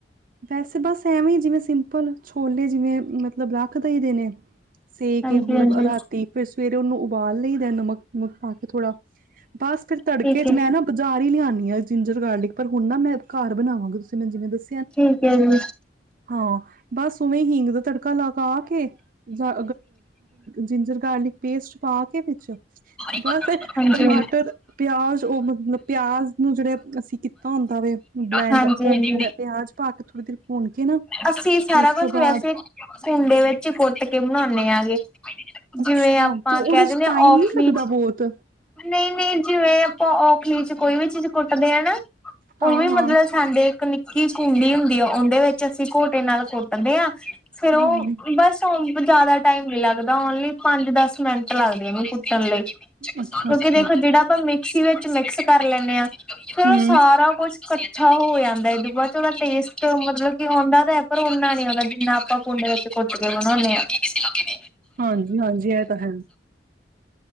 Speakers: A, on the right (about 50°); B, in the centre.
A: ਵੈਸੇ ਬਸ ਐਵੇਂ ਹੀ ਜਿਵੇਂ ਸਿੰਪਲ ਛੋਲੇ ਜਿਵੇਂ ਮਤਲਬ ਰੱਖ ਦਈ ਦੇ ਨੇ ਸੇ
B: ਹਾਂਜੀ-ਹਾਂਜੀ
A: ਕੇ ਮਤਲਬ ਰਾਤੀ ਫੇਰ ਸਵੇਰੇ ਉਹਨੂੰ ਪਾ ਲਈਦਾ ਐ ਨਮਕ। ਪਾ ਕੇ ਥੋੜਾ ਬਸ ਫ਼ਿਰ ਤੜਕੇ
B: ਠੀਕ
A: ਚ
B: ਹੈ
A: ਮੈਂ ਨਾ ਬਾਜ਼ਾਰ ਹੀ ਲਿਆ ਜਿੰਜਰ ਗਾਰਲਿਕ ਪਰ ਹੁਣ ਨਾ ਮੈਂ ਘਰ ਬਣਾਵਾਂਗਾ ਤੁਸੀਂ ਮੈ ਜਿਵੇਂ ਦੱਸ
B: ਠੀਕ ਹੈ ਜੀ।
A: ਹਾਂ ਬਸ ਉਵੇਂ ਹਿੰਗ ਦਾ ਤੜਕਾ ਲਾ ਪਕਾ ਕੇ ਜਾਂ ਜਿੰਜਰ ਗਾਰਲਿਕ ਪੇਸਟ ਪਾ ਕੇ ਵਿੱਚ
B: ਹਾਂਜੀ-ਹਾਂਜੀ
A: ਬਸ ਟਮਾਟਰ ਪਿਆਜ ਉਹ ਮਤਲਬ ਪਿਆਜ ਨੂੰ ਜਿਹੜੇ ਅਸੀਂ ਕੀਤਾ ਹੁੰਦਾ ਵੇ ਬਲੈਂਡ
B: ਹਾਂਜੀ-ਹਾਂਜੀ
A: ਉਹ ਪਿਆਜ ਪਾ ਕੇ ਥੋੜੀ ਦੇਰ ਭੁੰਨ ਕੇ ਨਾ
B: ਅਸੀ ਸਾਰਾ
A: ਫਿਰ ਉਸ
B: ਕੁਛ
A: ਤੋਂ ਬਾਅਦ
B: ਵੈਸੇ ਕੁੰਡੇ ਵਿੱਚ ਕੁੱਟ ਕੇ ਬਣਾਉਂਦੇ ਆ ਗੇ।
A: ਅੱਛਾ।
B: ਜਿਵੇਂ ਆਪਾਂ
A: ਤੇ ਉਹਦੇ
B: ਕਹਿ
A: ਚ
B: ਦਿੰਦੇ ਆ
A: ਟਾਈਮ
B: ਔਖਲੀ
A: ਨੀ ਲੱਗਦਾ
B: ਚ
A: ਬਹੁਤ।
B: ਨਹੀਂ-ਨਹੀਂ ਜਿਵੇਂ ਔਖਲੀ ਚ ਕੋਈ ਵੀ ਚੀਜ਼ ਕੁੱਟਦੇ ਆ ਨਾ।
A: ਹਾਂ-ਹਾਂ।
B: ਉਹ ਵੀ ਮਤਲਬ ਸਾਡੇ ਇੱਕ ਨਿੱ ਕੀ ਕੁੰਡੀ ਹੁੰਦੀ ਆ। ਉਹਦੇ ਵਿੱਚ ਅਸੀਂ ਘੋਟੇ ਨਾਲ ਕੁੱਟਦੇ ਹਾਂ। ਫਿਰ ਉਹ
A: ਹਾਂ,
B: ਬਸ ਹੁਣ ਜਿਆਦਾ ਟਾਈਮ ਮਿਲਾ ਲੱਗਦਾ ਓਨਲੀ ਪੰਜ ਦਸ ਮਿੰਟ ਲੱਗਦੇ ਉਹਨੂੰ ਕੁੱਟਣ ਲਈ। ਕਿਉਂਕਿ
A: ਅੱਛਾ-ਅੱਛਾ,
B: ਦੇਖੋ ਜਿਹੜਾ ਆਪਾਂ ਮਿੱ ਅਸੀ ਵਿੱਚ ਮਿਕਸ ਕਰ ਲੈਂਦੇ ਹਾਂ। ਫਿਰ
A: ਹੂੰ,
B: ਉਹ ਸਾਰਾ ਕੁਛ ਇਕੱਠਾ ਹੋ ਜਾਂਦਾ ਐ ਤੇ ਬਾਅਦ ਚ ਉਹਦਾ ਟੇਸਟ ਮਤਲਬ ਕਿ ਆਉਂਦਾ ਤਾਂ ਹੈ ਪਰ ਓਨਾ ਨਹੀਂ ਆਉਂਦਾ ਜਿੰਨਾ ਆਪਾਂ ਕੁੰਡੇ ਵਿੱਚ ਕੁ <inaudible> ਹਾਂਜੀ-ਹਾਂਜੀ।
A: ਹਾਂਜੀ-ਹਾਂਜੀ ਇਹ ਤਾਂ ਹੈ।